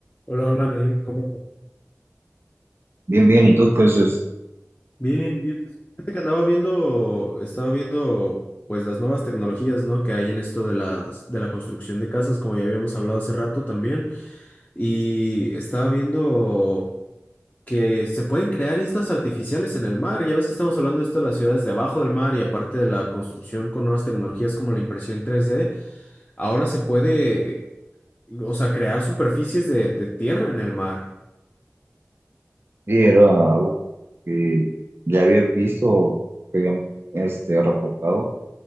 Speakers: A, on the left (about 25°); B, on the right (about 50°).
A: Hola, hola, Naim, ¿cómo? andas?
B: Bien, bien, ¿y tú qué haces?
A: Bien, bien. pues, Fíjate que andaba viendo, estaba viendo pues las nuevas tecnologías, ¿no? Que hay en esto de las, de la construcción de casas, como ya habíamos hablado hace rato también. Y estaba viendo que se pueden crear islas artificiales en el mar. Ya ves que estamos hablando de esto de las ciudades debajo del mar y aparte de la construcción con nuevas tecnologías como la impresión 3D, ahora se puede, o sea, crear superficies de, de tierra en el mar.
B: Sí, era algo que ya había visto, que habían este, reportado